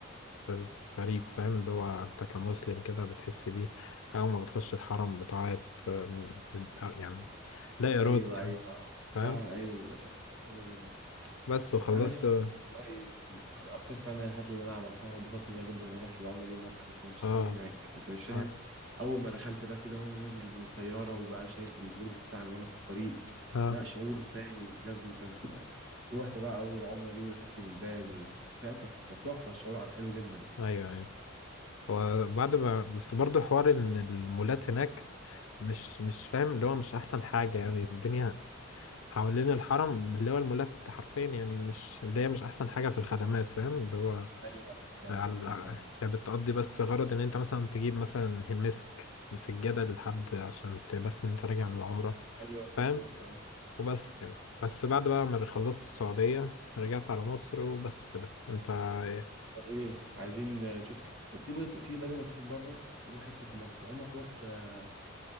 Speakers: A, on the left; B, on the right.
A: إحساس غريب فاهم اللي هو أنت كمسلم كده بتحس بيه أول ما بتخش الحرم بتعيط آم، بت- آه، يعني لا
B: ايوه
A: إرادة يعني
B: ايوه آه. فاهم
A: فاهم
B: ايوه بيبقى شغل حلو جدا
A: بس وخلصت
B: عارف
A: اه
B: والله انا اكتر فعلا من الرحلات اللي انا عملتها وانبسطت بيها جدا هي رحله العمره دي ومكه كنت مبسوط
A: اه
B: قوي هناك انت مش فاهم
A: اه
B: اول ما دخلت بقى كده وانا نازل من الطياره وبقى شايف البرج الساعه وانا في الطريق
A: آه،
B: لا شعور تاني بجد انت مش متخيل روحت بقى اول عمره دي ودخلت من الباب و- فاهم كانت كانت تحفه الشعور على حلو جدا
A: أيوه أيوه وبعد ما بس برضه حوار إن المولات هناك مش مش فاهم اللي هو مش احسن حاجة يعني الدنيا حوالين الحرم اللي هو المولات حرفيا يعني مش اللي هي مش احسن حاجة في الخدمات فاهم اللي هو
B: ايوه فعلا
A: على
B: دي حقيقه فعلا
A: هي بتقضي بس غرض ان انت مثلا تجيب مثلا مسك سجادة لحد عشان ت- بس ان انت راجع من العمرة
B: ايوه
A: فاهم
B: بالظبط اه
A: وبس يعني بس بعد بقى ما خلصت السعودية رجعت على مصر وبس كده انت <clears throat> إيه؟
B: طب ايه عايزين آه، نشوف ح- طب تيجي بقول لك- تيجي بدل ما تسافر بره نروح حته في مصر عمرك رحت آه،